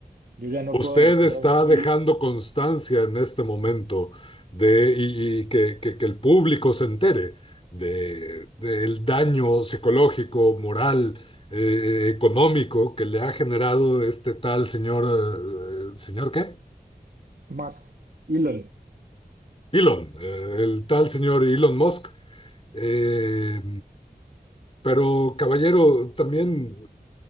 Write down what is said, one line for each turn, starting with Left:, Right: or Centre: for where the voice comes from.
Right: Yo ya no
Left: Usted
Right: puedo dormir
Left: está
Right: tranquilo.
Left: dejando constancia en este momento de, y, y que, que- que el público se entere de, del daño psicológico, moral, eh, económico que le ha generado este tal señor, eh, ¿señor qué?
Right: Más, Elon,
Left: Elon, eh, el tal señor Elon Musk. Eh, pero, caballero, también